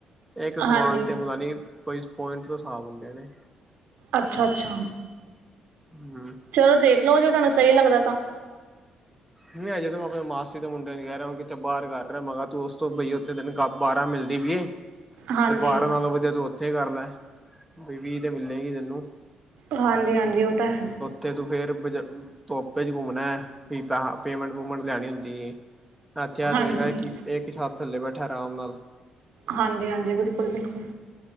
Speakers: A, in the centre; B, on the right (about 75°).
A: ਇੱਕ ਸਮਾਨ
B: ਹਾਂਜੀ
A: ਤੇ ਪਤਾ ਨਹੀਂ ਪੁਆਇੰਟ ਦੇ ਹਿਸਾਬ ਹੁੰਦੇ ਨੇ
B: ਅੱਛਾ- ਅੱਛਾ।
A: ਹੂ,,,
B: ਚਲੋ ਦੇਖ ਲਓ ਜੇ ਤੁਹਾਨੂੰ ਸਹੀ ਲੱਗਦਾ ਤਾਂ
A: ਨਹੀਂ ਅਜੇ ਤੂੰ ਆਪਣੇਂ ਮਾਸੀ ਦੇ ਮੁੰਡੇ ਨ ਕਹਿ ਰਿਹਾਂ ਹੋ ਬਾਹਰ ਕਰ ਰਿਹਾਂ ਮਗਰ ਤੂੰ ਉਸ ਤੋਂ ਬਈ ਦਿਨ ਕ ਬਾਰਾਂ ਮਿਲਦੀ ਪਈ ਇਹ
B: ਹਾਂਜੀ
A: ਤੇ ਬਾਰਾਂ ਨਾਲੋਂ ਵਧੀਆਂ ਤੂੰ ਇੱਥੇ ਕਰ ਲੈ ਵੀਹ ਤੇ ਮਿਲਣਾ ਨਹੀਂ ਤੈਂਨੂੰ
B: ਹਾਂਜੀ ਹਾਂਜੀ ਉਹ ਤਾਂ ਹੈ।
A: ਤੇ ਤੂੰ ਫਿਰ ਤੋਪੇ ਚ ਘੁੰਮਣਾਂ ਵੀ ਪੈਸ ਪੇਮੈਂਟ ਪੂਮੈਂਟ ਲੈਂਣੀ ਹੁੰਦੀ ਹੈ। ਆਖਿਆ
B: ਹਾਂਜੀ
A: ਪਿਆ ਕਿ ਇੱਕ ਛੱਤ ਥੱਲੇ ਬੈਠਾਂ ਆਰਾਮ ਨਾਲ
B: ਹਾਂਜੀ ਹਾਂਜੀ ਬਿਲਕੁਲ ਬਿਲਕੁਲ